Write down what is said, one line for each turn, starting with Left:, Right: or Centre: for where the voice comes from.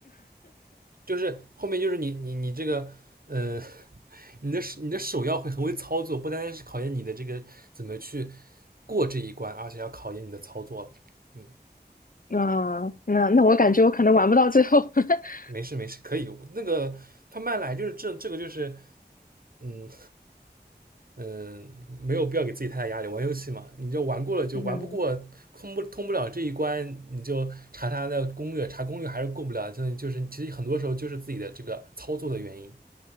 Right: 就是后面就是你你你这个，呃，你的你的手要会很会操作，不单单是考验你的这个怎么去过这一关，而且要考验你的操作了。嗯，
Left: 那那那我感觉我可能玩不到最后。<laughs>
Right: 没事没事，可以。那个他慢来就是这这个就是，嗯嗯、呃没有必要给自己太大压力。玩游戏嘛，你就玩过了就玩不过，
Left: 嗯，
Right: 通不通不了这一关，你就查查的攻略，查攻略还是过不了。就就是其实很多时候就是自己的这个操作的原因